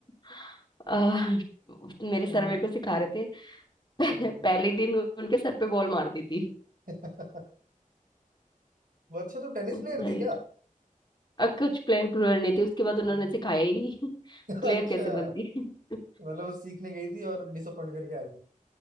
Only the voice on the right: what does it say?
हम्म
हम्म।
<laughs> वो अच्छा तो टेनिस
प्लेयर थी
क्या
अच्छा
मतलब वो सीखने गई थी और डिसअपॉइंट करके आ गई